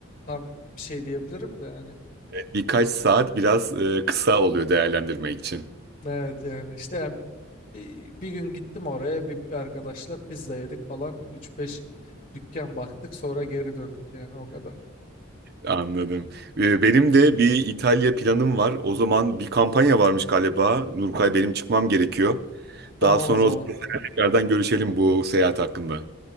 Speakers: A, on the left; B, on the right.
A: tam bir şey diyebilirim de yani.
B: Birkaç saat biraz e, kısa oluyor değerlendirmek için.
A: Evet yani işte yani bir, bir gün gittim oraya bir, bir arkadaşla pizza yedik falan üç beş dükkan baktık sonra geri döndük yani o kadar.
B: Anladım. Ee, Benim de bir İtalya planım var. O zaman bir kampanya varmış galiba. Nurkay benim çıkmam gerekiyor.
A: Tamam
B: Daha sonra
A: o zaman
B: o zaman tekrardan görüşelim bu seyahat hakkında.